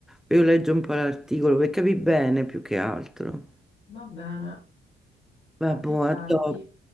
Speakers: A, in the centre; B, on the left.
A: Io leggo un po' l'articolo per capire bene più che altro.
B: va bene.
A: Vabbè,
B: A più
A: boh,
B: tardi.
A: a dopo.